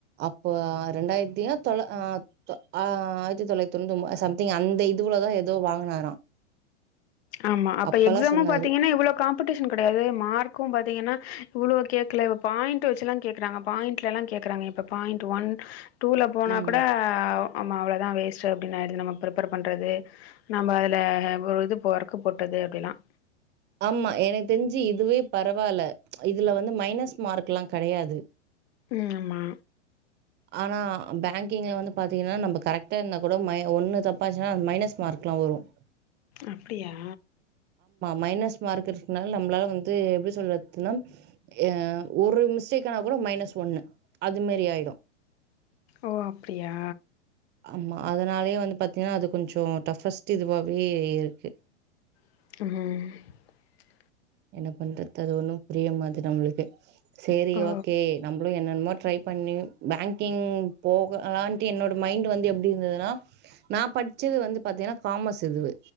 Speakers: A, on the right (about 30°); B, on the left (about 60°).
A: அப் இப்போ ரெண்டாயிரத்தி தொளா ஆஹ் ஆஹ் ஆயிரத்தி தொள்ளாயத்தி தொண்ணூத்தி சம்திங் அந்த இதுவுலதான் ஏதோ வாங்குனாராம்
B: ஆமா அப்ப
A: அப்பல்லாம்
B: எக்ஸாமும்
A: சொன்னாரு.
B: பாத்தீங்கன்னா இவ்ளோ காம் காம்படிஷன் கிடையாது மார்க்கும் பாத்தீங்கன்னா இவ்ளோ கேட்கல இ பாயிண்ட் வச்சுல்லாம் கேக்குறாங்க பாயிண்ட்ல எல்லாம் கேக்குறாங்க இப்ப பாயிண்ட் ஒன் டூல போனா
A: ம்.
B: கூட ஆம்மா அவ்ளோதான் வேஸ்ட் அப்டின்னாரு நம்ம ப்ரிப்பர் பண்றது நம்ம அதுல ஒரு இது போறப் க்கு போட்டது அப்டிலாம்
A: ஆமா எனக்கு தெரிஞ்சு இதுவே பரவால்ல இதுல வந்து மைனஸ் மார்க்லாம் கெடையாது
B: ம் ஆமா
A: ஆனா பேங்கிங்ல வந்து பாத்தீங்கன்னா நம்ம கரெக்டா இருந்தா கூட ம ஒண்ணு தப்பாச்சுன்னா அது மைனஸ் மார்க்லாம் வுலும்
B: அப்டியா
A: மைனஸ் மார்க் இருக்குனால நம்மளால வந்து எப்டி சொல்றதுனா அஹ் ஒரு மிஸ்டேக் ஆனா கூட மைனஸ் ஒண்ணு அது மாரி ஆயிடும்
B: ஓ அப்டியா
A: ஆமா அதனாலயே வந்து பாத்தீங்கன்னா அது கொஞ்சம் டஃப்பஸ்ட் இதுவாவே இருக்கு
B: ம்
A: என்ன பண்றது அது ஒண்ணும் புரிய மாது நம்மளுக்கு சேரி
B: ஓ
A: ஓகே நம்ள என்னன்னமோ ட்ரை பண்ணி பேங்கிங் போக ஆன்ட்டி என்னோட மைண்ட் வந்து எப்டி இருந்ததுனா நான் பச்சது வந்து பாத்தீங்கன்னா காமஸ் இதுவ்